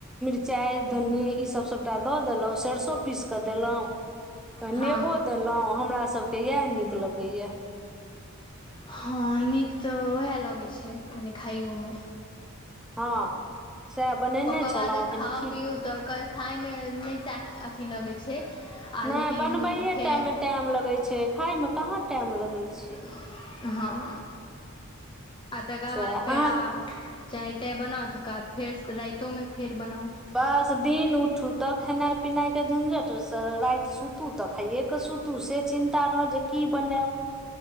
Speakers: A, in the centre; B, on the left (about 20°).
A: मिरचाय धनी ई सब सबटा दऽ देलहुं सेरसों पीस कऽ देलहुं
B: हँ
A: नेबो देलहुॅं हमरा सबके इएह नीक लगैया
B: हँ नीक तऽ उएह लगैत छै कनि खाइयोमे
A: हँ सएह बनेने
B: ओकर
A: छलहुँ
B: बाद
A: एखन
B: खाउ
A: खी
B: पियू तऽ खायमे नहि टा अथि लगैत छै आ
A: नहि
B: लेकिन
A: बनबैए
B: फेर
A: टाइमे टाइम लगैत छै खायमे कहाँ टाइम लगैत छै
B: हँ आ तकर
A: से
B: बाद
A: अहाँ
B: फेर आब चाय ताय बनाउ तकर बाद फेर राइतोमे फेर बनाउ
A: बस दिन उठू तऽ खेनाइ पिनाइके झंझटसँ राति सुतू त खाइए के सुूतू से चिन्ता रह जे की बनाब